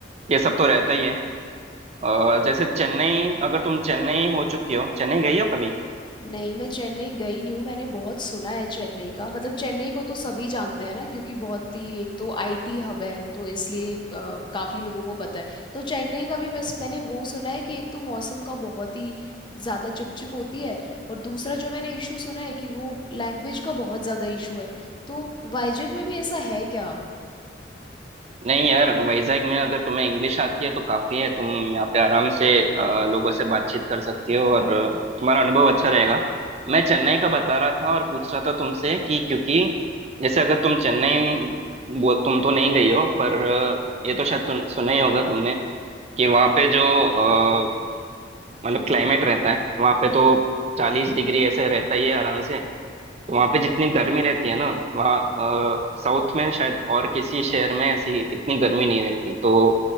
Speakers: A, on the right; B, on the left.
A: ये सब तो रहता ही है अ, जैसे चेन्नई अगर तुम चेन्नई हो चुकी हो चेन्नई गई हो कभी
B: नहीं मैं चेन्नई गई नहीं हूँ मैंने बहुत सुना है चेन्नई का मतलब चेन्नई को तो सभी जानते हैं ना क्योंकि बहुत ही एक तो आईटी हब है तो इसलिए अ, काफी लोगों को पता है तो चेन्नई का भी बस मैंने वो सुना है कि एक तो मौसम का बहुत ही ज्यादा चिपचिप होती है और दूसरा जो मैंने इशू सुना है कि वो लैंग्वेज का बहुत ज्यादा इशू है तो वाइजग में भी ऐसा है क्या
A: नहीं यार वैजाग में अगर तुम्हें इंग्लिश आती है तो काफी है तुम यहाँ पे आराम से अ, लोगों से बातचीत कर सकती हो और अ, तुम्हारा अनुभव अच्छा रहेगा मैं चेन्नई का बता रहा था और पूछ रहा था तुमसे कि क्योंकि जैसे अगर तुम चेन्नई वो तुम तो नहीं गई हो पर अ, ये तो शायद तुम सुना ही होगा तुमने कि वहाँ पे जो अ, मतलब क्लाइमेट रहता है वहाँ पे तो चालीस डिग्री ऐसे रहता ही है आराम से तो वहाँ पे जितनी गर्मी रहती है ना वहाँ साउथ में शायद और किसी शहर में ऐसी इतनी गर्मी नहीं रहती तो